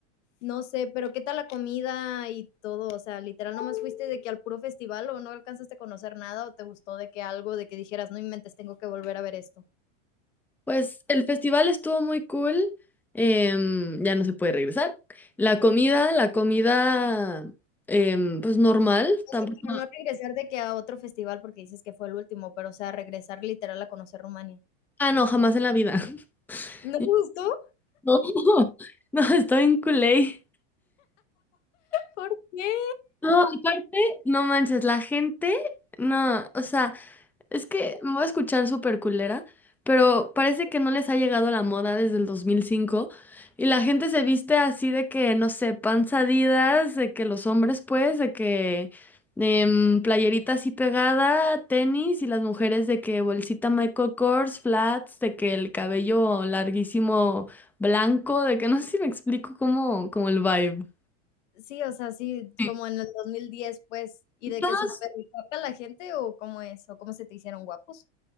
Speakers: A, on the left; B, in the centre.
A: no sé, pero ¿qué tal la comida y todo? O sea, literal, nomás fuiste de que al puro festival o no alcanzaste a conocer nada o te gustó de que algo, de que dijeras, no inventes, tengo que volver a ver esto.
B: Pues el festival estuvo muy cool, em, ya no se puede regresar. La comida, la comida, em, pues normal,
A: O
B: tampoco...
A: sea, pero no regresar de que a otro festival porque dices que fue el último, pero o sea, regresar literal a conocer Rumania.
B: Ah, no, jamás en la vida.
A: ¿No
B: <laughs>
A: te gustó?
B: No, no, estoy en culé.
A: ¿Por qué?
B: No, aparte, no manches, la gente, no, o sea... Es que me voy a escuchar súper culera, pero parece que no les ha llegado la moda desde el 2005 y la gente se viste así de que, no sé, panzadidas, de que los hombres pues, de que em, playerita así pegada, tenis y las mujeres de que bolsita Michael Kors, flats, de que el cabello larguísimo blanco, de que no sé si me explico como como el vibe.
A: Sí, o sea, sí,
B: Sí.
A: como en el 2010, pues, y
B: Y
A: de
B: todos,
A: que súper guapa la gente o cómo es, o cómo se te hicieron guapos.